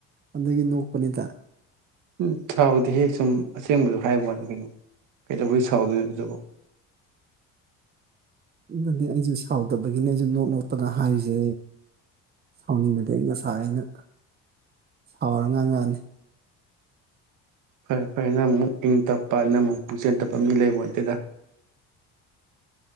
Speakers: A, on the right; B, on the right.
A: ꯑꯗꯨꯒꯤ ꯅꯣꯛꯄꯅꯤꯗ
B: ꯎꯝ ꯁꯥꯎꯗꯦꯍꯦ ꯁꯨꯝ ꯑꯁꯦꯡꯕꯗꯣ ꯍꯥꯏꯕꯩ ꯋꯥꯅꯤ ꯀꯩꯅꯣ ꯀꯩꯗꯧꯕꯩ ꯁꯥꯎꯗꯣꯏꯅꯣ ꯑꯗꯨꯕꯨ
A: ꯑꯗꯨꯅꯅꯦ ꯑꯩꯖꯨ ꯁꯥꯎꯗꯕꯒꯤꯅꯦ ꯑꯩꯖꯨ ꯅꯣꯛ ꯅꯣꯛꯇꯅ ꯍꯥꯏꯔꯤꯖꯦ ꯁꯥꯎꯅꯤꯡꯉꯗꯤ ꯑꯩ ꯉꯁꯥꯏꯅ ꯁꯥꯎꯔ ꯉꯥꯡꯉꯛꯑꯅꯤ
B: ꯐꯔꯦ ꯐꯔꯦ ꯅꯪꯃꯨꯛ ꯏꯪ ꯇꯞꯄ ꯅꯪꯃꯨꯛ ꯄꯨꯛ ꯆꯦꯜ ꯇꯞꯄ ꯃꯤ ꯂꯩꯔꯝꯃꫭꯏ ꯑꯗꯨꯅ